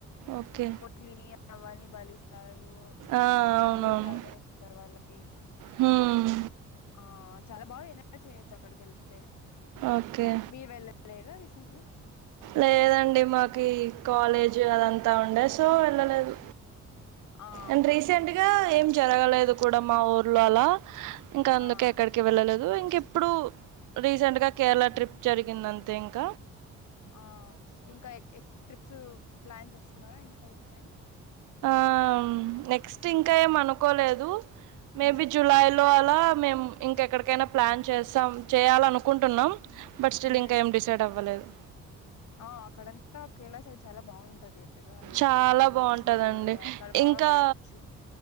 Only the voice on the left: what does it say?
పోట్లిని అవ్వని బలిస్తారు
బంధువులు
చాలా మంది వస్తారు వాళ్ళకి
ఆ చాలా బాగా <inaudible> చేయచ్చు అక్కడికెళ్తే
మీర్ వెళ్ళలేదా రిసె ఏంటువ
ఆ
ఆ
ఆ ఇంకా ఎక్ ఎక్ ట్రిప్స్ ప్లాన్ చేస్తున్నారా ఇంకా ఏమైనా
ఉమ్
ఉమ్
ఆ అక్కడంతా కేరళ సైడ్ చాలా బాగుంటది ద నేచర్
ట్రిప్స్
అక్కడ బా
వేయచ్చు